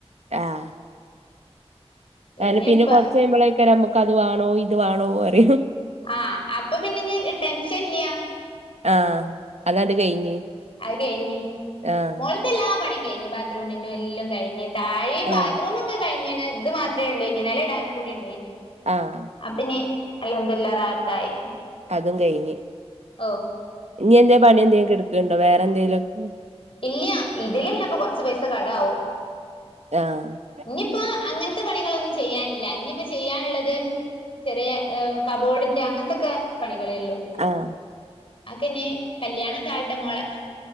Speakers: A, on the right; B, on the left.
A: ആഹ് ഏ
B: ഇനിയിപ്പ
A: പിന്നെ കുറച്ച കഴിയുമ്പല്ലേക്കാരം നമ്മുക്ക് അത് വാണോ ഇത് വാണോ പറയൂ
B: ആഹ് അപ്പൊ പിന്ന ഇ ടെൻഷൻ ഇല്ല
A: ആ അതണ്ട് കഴിഞ്ഞ്
B: അത് കഴിഞ്ഞ്
A: ആഹ്
B: മോളത്തെ എല്ലാ പണിയും കഴിഞ്ഞഞ് ബാത്റൂമിന്റെ എല്ലം കഴിഞ് താഴെയ
A: ആഹ്
B: ബാത്റൂമും ഒക്കെ കഴിഞ്ഞന് ഇത് മാത്രമേ ഉള്ളൂ ഇനി നിലം ഇടാനുകുണ്ടേനി
A: അഹ്
B: ആപ്പന്നി അല്ഹംദുല്ല റാഹത്തായി
A: അതും കയ്ഞ്ഞ്
B: ഓ
A: ഇനി എന്തേ പണിഎന്തേങ്കി എട്ക്കുണ്ടോ വേറെന്തേലൊക്കെ
B: ഇല്ല്യ ഇതിലന്നെ ഇപ്പൊ കൊറച്ച് പൈസ കടാവു
A: ആഹ്
B: ഇന്നിപ്പോ അങ്ങനത്തെ പണികളൊന്നും ചെയ്യാനില്ല ഇന്നിപ്പോ ചെയ്യാള്ളത് ചെറിയ കബോഡിന്റെ അങ്ങനത്തൊക്കെ പണികളേള്ളൂ
A: ആഹ്
B: ആക്കെനി കല്യാണക്കെ ആട്ടെ മോളെ